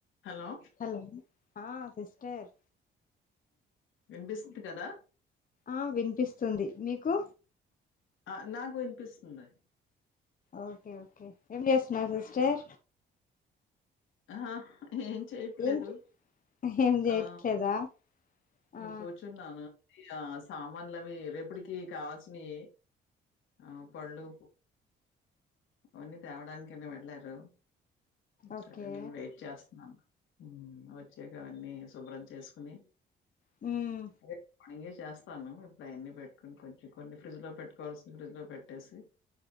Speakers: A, on the left; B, on the left.
A: Hello
B: hello ఆ sister
A: వినిపిస్తుంది కదా
B: ఆ వినిపిస్తుంది మీకు
A: ఆ నాకు వినిపిస్తుంది
B: ఓకే ఓకే ఎం చేస్తున్నావు సిస్టర్
A: ఆ ఏం చేయట్లేదు
B: ఏం ఏం చేయట్లేదా
A: ఆ
B: ఆ
A: కూర్చున్నాను ఇ సామాన్లు అవి రేపటికి కావాల్సినవి ఆ పళ్ళు ఓన్ తేవడానిక వెళ్ళారు
B: ఓకే
A: సరే నేను వెయిట్ చేస్తున్నాను వచ్చాక అవన్నీ శుభ్రం చేసుకుని
B: హ్మ్
A: రేపు మార్నింగే చేస్తాను ఇప్పుడు అవన్న పెట్టుకుని కొంచెం కొన్ని ఫ్రిడ్జ్ లో పెట్టుకోవాల్సిన ఫ్రిడ్జ్ లో పెట్టేసి